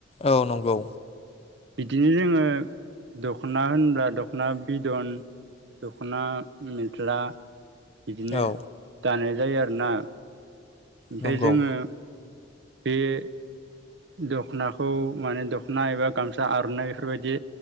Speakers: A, on the left; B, on the right.
A: औ नंगौ
B: बिदिनो जोङो दख'ना होनब्ला दख'ना बिदन दख'ना मेख्ला बिदिनो
A: औ
B: गानो जायो आरोना ओमफ्राय
A: नंगौ
B: जोङो बेे दख'नाखौ माने दख'ना एबा गामसा आर'नाइ बेफोरबायदि